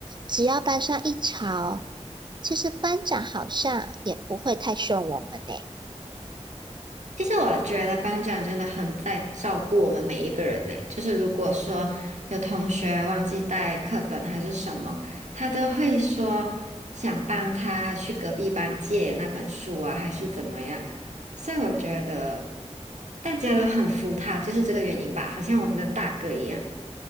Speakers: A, on the right; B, on the right.
A: 只要班上一吵，其实班长好像也不会太凶我们呢。
B: 其实我觉得班长真的很在照顾我们每一个人呢，就是如果说有同学忘记带课本还是什么，他都会说想帮他去隔壁班借那本书啊，还是怎么样。所以我觉得大家都很服他，就是这个原因吧，好像我们的大哥一样。